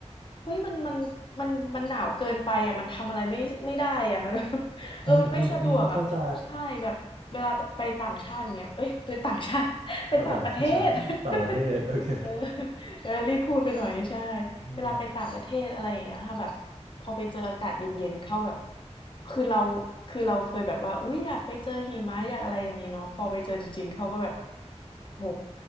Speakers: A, on the left; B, on the right.
A: เฮ้ยมันมันมันมันหนาวเกินไปอ่ะมันทำอะไรไม่ไม่ได้อ่ะมัน <laughs> เออมันไม่สะดวกอ่ะใช่แบบเวลาไปต่างชาติอย่างเงี้ยเอ้ยไปต่างชาติ
B: อืมอืมอืมเข้าใจ
A: <laughs> ไปต่างประเทศ
B: ต่าง <laughs> ชาติต่างประเทศโอเค
A: <laughs> เออเออรีบพูดไปหน่อยใช่
B: <laughs> อืม
A: เวลาไปต่างประเทศอะไรอย่างเงี้ยค่ะแบบพอไปเจออากาศเย็นๆเข้าแบบคือเราคือเราเคยแบบว่าอุ้ยอยากไปเจอหิมะอยากอะไรอย่างงี้เนาะพอไปเจอจริงๆเขาก็แบบ โห